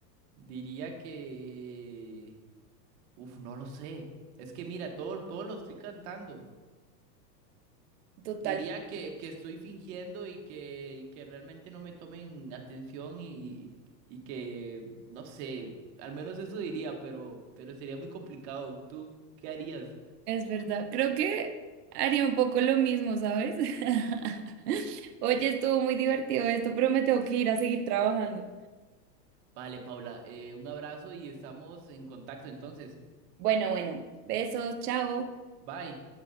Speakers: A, on the right (about 45°); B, on the right (about 65°).
A: Diría que... Uf, no lo sé. Es que mira, todo, todo lo estoy cantando.
B: <laughs>
A: Diría
B: Total,
A: que, que estoy fingiendo y que, y que realmente no me tomen atención y, y que, no sé, al menos eso diría, pero, pero sería muy complicado. ¿Tú qué harías?
B: es verdad. Creo que haría un poco lo mismo, ¿sabes? <laughs> Oye, estuvo muy divertido esto, pero me tengo que ir a seguir trabajando.
A: Vale, Paula, eh, un abrazo y estamos en contacto entonces.
B: Bueno, bueno, besos, chao.
A: Bye.